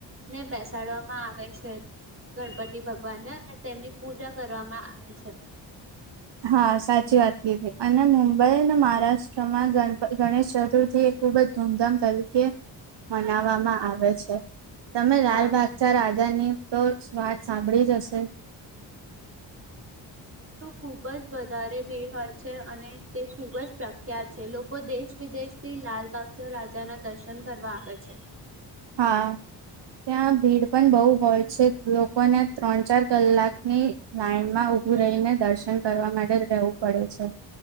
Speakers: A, on the right; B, on the right.
A: ને બેસાડવામાં આવે છે. ગણપતિ ભગવાનને અને તેમની પૂજા કરવામાં આવે છે.
B: હા, સાચી વાત કીધી. અને મુંબઈ અને મહારાષ્ટ્રમાં ગણપ-ગણેશ ચતુર્થી એ ખૂબ જ ધૂમધામ તરીકે મનાવામાં આવે છે. તમે લાલ
A: હા
B: ભાગચાર આ રાજા ની તોજ વાત સાંભળી જ હશે.
A: ખુબજ વધારે ભીડ હોય છે અને તે ખૂબજ પ્રખ્યાત છે. લોકો દેશ વિદેશ થી લાલબાગ ચ રાજાના દર્શન કરવા આવે છે.
B: હા ત્યાં ભીડ પણ બહુ હોય છે લોકોને ત્રણ ચાર કલાકની લાઈનમાં ઊભું રહીને દર્શન કરવા માટે રહેવું પડે છે.